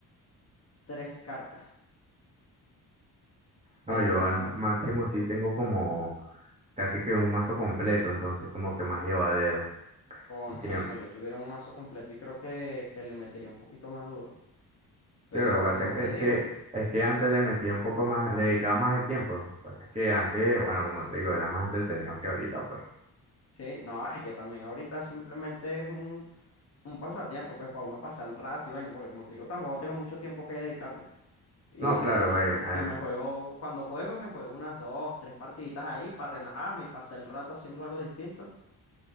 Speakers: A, on the left; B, on the right.
A: tres cartas. Pero
B: No, yo
A: no,
B: al máximo sí tengo como casi que un mazo completo, entonces como que más llevadero.
A: cónchale,
B: Y sí, sí,
A: no, yo tuviera un mazo completo y creo que, que le metería un poquito más duro. Pero
B: lo que pasa
A: como
B: es,
A: te
B: es
A: digo,
B: que
A: pues.
B: es que antes le metía un poco más, le dedicaba más de tiempo. Lo que pasa es que antes, bueno, como te digo, era más entretenido que ahorita, pues.
A: Sí, no, y que también ahorita simplemente es un, un pasatiempo, pues para uno pasar el rato y vaina, porque como te digo, tampoco tengo mucho tiempo que dedicarle. Y,
B: No, claro, eh,
A: y,
B: además.
A: y me juego, cuando juego, me juego unas dos, tres partiditas ahí para relajarme y pasar el rato haciendo algo distinto.